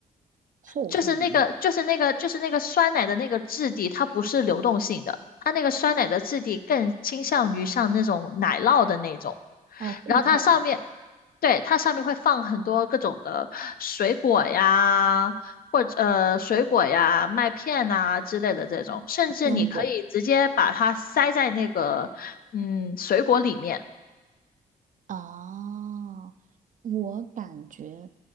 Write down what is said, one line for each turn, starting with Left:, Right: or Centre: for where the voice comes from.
Right: 厚算奶吗？
Left: 就是那个就是那个就是那个酸奶的那个质地，它不是流动性的，它那个酸奶的质地更倾向于像那种奶酪的那种，
Right: 哦，固态的
Left: 然后它上面，对，它上面会放很多各种的水果呀。或者呃水果呀、麦片呐、之类的这种，甚至你可以直接把它塞在那个嗯水果里面，
Right: 坚果。哦，我感觉，